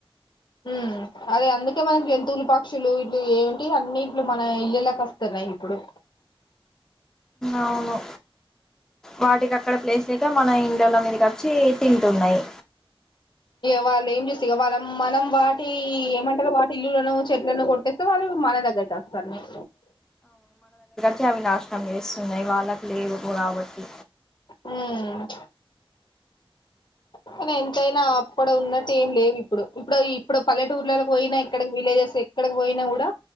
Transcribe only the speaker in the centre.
అవును వాటికి అక్కడ ప్లేస్ లేక మన ఇల్లుల మీద కచ్చి తింటున్నాయి
తే అవి నాశనం చేస్తున్నాయి. వాళ్ళకు లేవు కాబట్టి